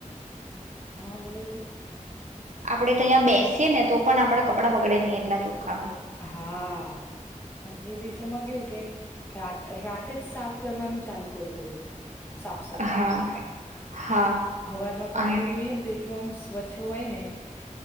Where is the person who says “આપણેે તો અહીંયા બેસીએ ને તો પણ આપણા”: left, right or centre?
Right